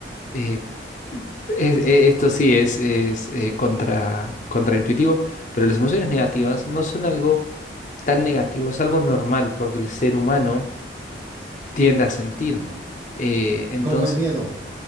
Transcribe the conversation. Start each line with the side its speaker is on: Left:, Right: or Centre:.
Left: eh, es- eh, esto sí es, es eh, contra, contraintuitivo, pero las emociones negativas no son algo tan negativo, es algo normal porque el ser humano tiende a sentir.
Right: ujú.
Left: Eh, entonces,
Right: Como el miedo.